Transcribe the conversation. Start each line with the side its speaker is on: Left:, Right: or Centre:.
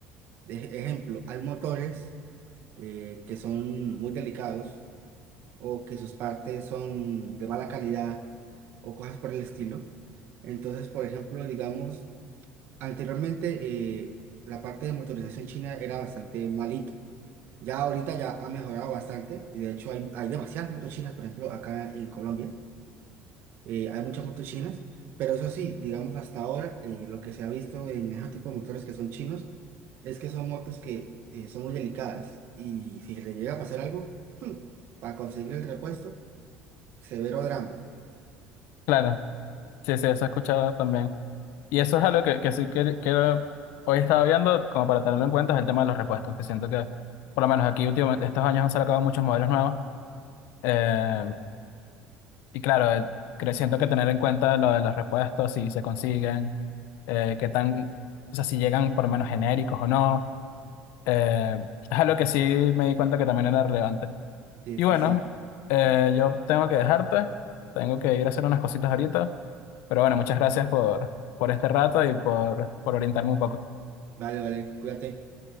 Right: de ejemplo, hay motores eh, que son muy delicados o que sus partes son de mala calidad o cosas por el estilo. Entonces, por ejemplo, digamos, anteriormente eh, la parte de motorización china era bastante malito. Ya ahorita ya ha mejorado bastante y de hecho hay, hay demasiadas motos chinas, por ejemplo, acá en Colombia, eh, hay muchas motos chinas, pero eso sí, digamos hasta ahora eh, lo que se ha visto en esos tipos de motores que son chinos es que son motos que eh, son muy delicadas y si le llega a pasar algo, hmm, para conseguir el repuesto, severo drama.
Left: Claro, sí, sí, eso he escuchado también. Y eso es algo que, que sí que, que hoy estaba viendo, como para tenerlo en cuenta, es el tema de los repuestos, que siento que, por lo menos aquí últimamente, estos años han sacado muchos modelos nuevos. eh, y claro, eh, creo, siento que tener en cuenta lo de los repuestos, si se consiguen, eh, qué tan, o sea, si llegan por lo menos genéricos o no, eh, es algo que sí me di cuenta que también era relevante.
Right: Sí,
Left: Y
Right: sí,
Left: bueno,
Right: sí.
Left: eh, yo tengo que dejarte, tengo que ir a hacer unas cositas ahorita, pero bueno, muchas gracias por, por este rato y por, por orientarme un poco.
Right: Vale, vale, cuídate.